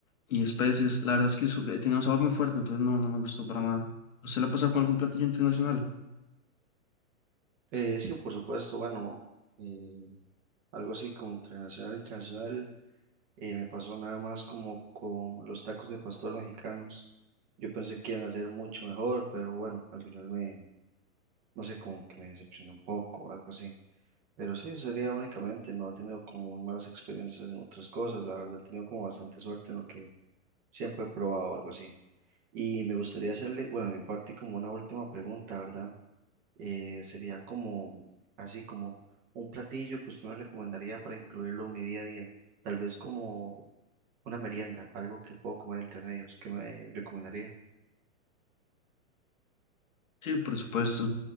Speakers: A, on the left (about 65°); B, on the right (about 20°).
A: y especies. La verdad es que su- eh, tenía un sabor muy fuerte, entonces no, no me gustó para nada. ¿Usted la ha pasado con algún platillo internacional?
B: Eh, sí, por supuesto, bueno, eh, algo así como internacional, internacional. Eh, me pasó nada más como con los tacos de pastor mexicanos. Yo pensé que iban a ser mucho mejor, pero bueno, al final me, no sé, como que me decepcioné un poco algo así. Pero sí, eso sería únicamente, no he tenido como muy malas experiencias en otras cosas, la verdad, he tenido como bastante suerte en lo que siempre he probado, algo así. Y me gustaría hacerle, bueno, a mi parte como una última pregunta, ¿verdad? eh, sería como, así como un platillo que usted me recomendaría para incluirlo en mi día a día, tal vez como una merienda, algo que puedo comer entre medios, ¿qué me recomendaría?
A: Sí, por supuesto.